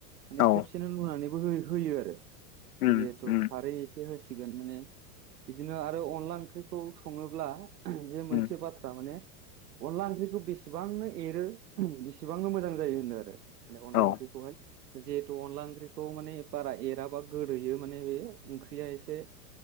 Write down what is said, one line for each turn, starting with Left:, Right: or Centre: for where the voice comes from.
Right: मान
Left: औ
Right: खेबसेनो लुनानै। बो हो होयो आरो
Left: उम
Right: जिहेथु
Left: उम
Right: खारै एसे होसिगोन माने बिदिनो आरो अनला ओंख्रैखौ सङोब्ला जे मोनसे
Left: उम
Right: बाथ्रा माने। अनला ओंख्रिखौ बेसेबांनो एरो बेसेबांनो मोजां जायो होनो आरो। माने अनला
Left: औ
Right: ओंख्रिखौहाय जिहेतु अनला ओंख्रि। खौ माने बारा एराबा गोदोयो माने बे ओंख्रिया एसे।